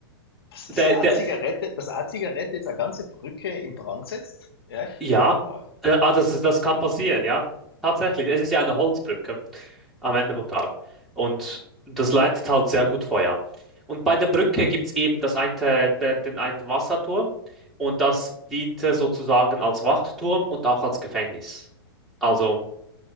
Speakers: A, on the left; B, in the centre.
A: Dass
B: Der,
A: das A-Zigarette,
B: der,
A: das A-Zigarette jetzt eine ganze Brücke in Brand setzt? Ja?
B: Ja,
A: Boah.
B: äh, ah, das, das kann passieren, ja. Tatsächlich, es ist ja eine Holzbrücke am
A: Ja.
B: Ende vom Tag. Und das leitet halt sehr gut Feuer. Und bei der Brücke gibt es eben das eine, de, den einen Wasserturm und das diente sozusagen als Wachturm und auch als Gefängnis. Also